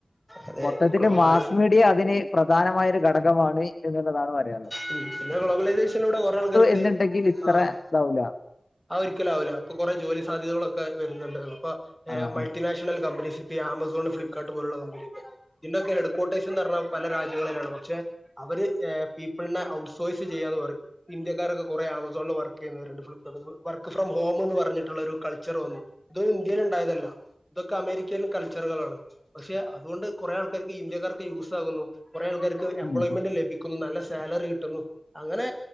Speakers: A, in the centre; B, on the left.
A: അതെ
B: മൊത്തത്തില്
A: ഗ്ലോബൽ
B: മാസ് മീഡിയ അതിന് പ്രധാനമായൊര് ഘടകമാണ് എന്ന്ള്ളതാണ് പറയാന്ള്ളത്
A: ഉം പിന്നെ ഗ്ലോബലൈസേഷനിലൂടെ കൊറെ ആൾക്കാർക്ക്
B: എന്നുണ്ടെങ്കിൽ ഇത്ര
A: ആഹ്
B: ഇതാവൂല.
A: അത് ഒരിക്കലാവൂല ഇപ്പ കൊറെ ജോലി സാധ്യതകളൊക്കെ വെര്ന്നുണ്ടല്ലോ പ്പൊ
B: ആഹ്
A: മൾട്ടിനാഷണൽ
B: ആഹ്.
A: കമ്പനീസ് ഇപ്പ ആമസോൺ ഫ്ലിപ്പ് കാർട്ട് പോലുള്ള കമ്പനി ഒക്കെ ഇതിന്റൊക്കെ എട്കോട്ടേഷൻ ന്ന് അർഞ്ഞാ പല രാജ്യങ്ങളിലാണ് പക്ഷെ അവര്ഏ പീപിൾ നെ ഔട്ട്സോഴ്സ് ചെയ്യാന്ന് പറിം ഇന്ത്യക്കാരൊക്കെ കൊറെേ ആമസോണ്ൽ വർക്ക് എയ്യുന്നവരുണ്ട് ഫുൾ <unintelligible> വർക്ക് ഫ്രം ഹോമ് ന്ന് പറഞ്ഞിട്ടുള്ളൊരു കൾച്ചർ വന്നു ഇത് ഇന്ത്യയില് ഇണ്ടായതല്ല ഇതൊക്കെ അമേരി ക്യൻ കൾച്ചറുകളാണ് പക്ഷെ അതോണ്ട് കൊറേ ആൾക്കാര്ക്ക് ഇന്ത്യക്കാർക്ക് യൂസാകുന്നു കൊറേ ആൾക്കാര്ക്ക്
B: ആഹ്
A: എംപ്ലോയ്മെന്റ് ലഭിക്കുന്നു നല്ല സാലറി കിട്ടുന്നു അങ്ങനെ